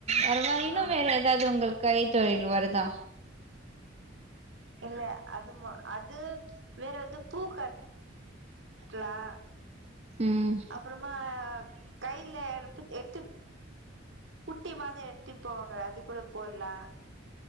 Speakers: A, on the right; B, on the right.
A: அர மாரி ன்னும்
B: ஆ
A: வேற ஏதாவது உங்களுக்கு கை தொழில் வருதா
B: இல்ல அதுமா அது வேறந்து பூ கட்டட்டலாம்
A: ம்
B: அப்புறமா கைல எத்து குட்டி மாதம் எ த்தி போவங்களாது து கூட போட்லாம்